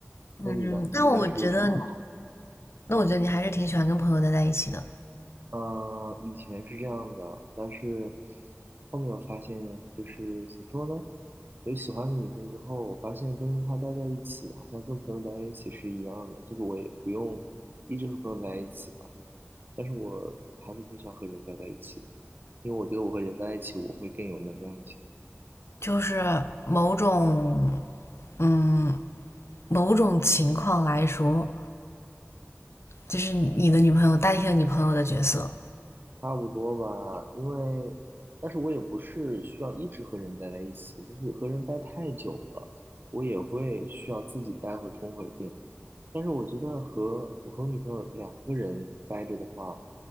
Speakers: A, on the left; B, on the right.
A: 嗯，
B: 那你呢？
A: 那我觉得，
B: 你平时有什么爱好吗？
A: 那我觉得你还是挺喜欢跟朋友待在一起的，
B: 嗯、以前是这样的，但是后面我发现，就是怎么说呢？有喜欢的女生之后，我发现跟她待在一起，好像跟朋友待在一起是一样的，就是我也不用一直和朋友在一起吧。但是我还是挺喜欢和人待在一起的，因为我觉得我和人待在一起，我会更有能量一些。
A: 就是某种，嗯，某种情况来说，就是你的女朋友代替了你朋友的角色。
B: 差不多吧，因为，但是我也不是需要一直和人待在一起，就是和人待太久了，我也会需要自己待会充会儿电。但是我觉得和我和我女朋友两个人待着的话，